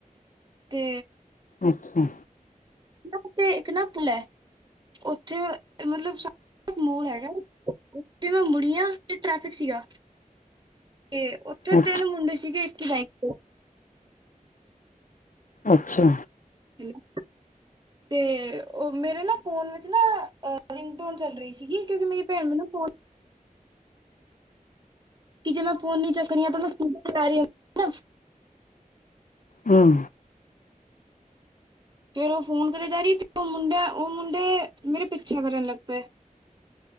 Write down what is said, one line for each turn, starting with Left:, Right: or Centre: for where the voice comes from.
Right: ਤੇ
Left: ਅੱਛਾ।
Right: ਓਥੇ ਇੱਕ ਨਾ ਪੁਲ ਐ, ਓਥੇ ਮਤਲਬ ਸਾ ਮੋੜ ਹੈਗਾ ਏ <unintelligible> ਤੇ ਟ੍ਰੈਫਿਕ ਸੀਗਾ। ਤੇ ਓਥੇ
Left: ਅੱਛਾ
Right: ਤਿੰਨ ਮੁੰਡੇ ਸੀਗੇ ਇਕ ‌ਈ ਬੈਂਕ ਦੇ।
Left: ਅੱਛਾ।
Right: <inaudible> ਤੇ ਓ ਮੇਰੇ ਨਾ ਫੋਨ ਵਿੱਚ ਨਾ ਅਹ ਰਿੰਗ ਟੋਨ ਚੱਲ ਰਹੀ ਸੀਗੀ ਕਿਉਂਕਿ ਮੇਰੀ ਭੈਣ ਨੂੰ ਨਾ ਫੋਨ ਕਿ ਜੇ ਮੈਂ ਫੋਨ ਨੀ ਚੱਕ ਰਹੀ ਆ ਨਾ ਤਾਂ ਮੈਂ ਸਕੂਟਰ ਕਰ ਰਹੀ <unintelligible> ਨਾ।
Left: ਹਾਂ।
Right: ਫੇਰ ਓ ਫੋਨ ਕਰੇ ਜਾਰੀ ਓ ਮੁੰਡੇ, ਓ ਮੁੰਡੇ ਮੇਰੇ ਪਿੱਛੇ ਕਰਨ ਲੱਗ ਪਏ।